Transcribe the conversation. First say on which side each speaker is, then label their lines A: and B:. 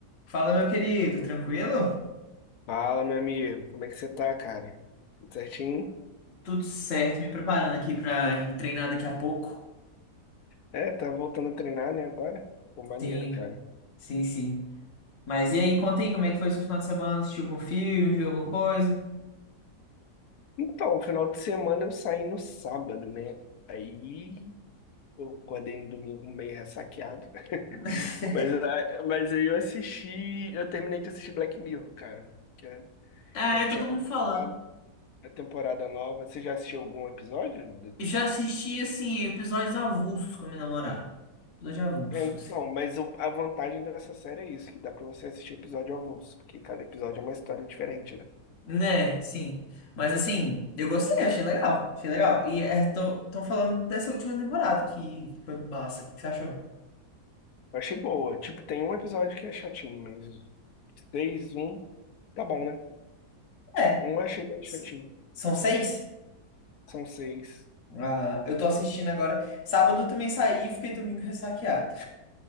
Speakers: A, on the left; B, on the left.
A: Fala, meu querido, tranquilo?
B: Fala, meu amigo, como é que você tá, cara? Tudo certinho?
A: Tudo certo, me preparando aqui pra ir treinar daqui a pouco.
B: É, tá voltando a treinar, né, agora? Pô, maneiro,
A: Sim,
B: cara.
A: sim, sim. Mas e aí, conta aí como é que foi seu final de semana? Assistiu algum filme, viu alguma coisa?
B: Então, final de semana eu saí no sábado, né? Aí eu acordei no domingo meio ressaqueado.
A: <laughs>
B: Mas, ah, mas aí eu assisti, eu terminei de assistir Black Mirror, cara. Que é-
A: Ah,
B: já
A: é,
B: tinha
A: todo
B: começado
A: mundo falando.
B: a temporada nova. Você já assistiu algum episódio? do-
A: Eu Já assisti, assim, episódios avulsos com a minha namorada. Episódio avulso,
B: É, então,
A: assim.
B: mas o- a vantagem dessa série é isso, que dá pra você assistir episódio avulso, porque cada episódio é uma história diferente, né?
A: Né, sim. Mas assim, eu gostei, achei legal. Achei legal. E é, tô, tão falando dessa última temporada que foi massa. O que que você achou?
B: Eu achei boa. Tipo, tem um episódio que é chatinho, mas seis, um, tá bom, né?
A: É,
B: Um eu achei bem chatinho.
A: s- são seis?
B: São seis.
A: Ah, eu tô assistindo agora. Sábado eu também saí e fiquei domingo ressaqueado.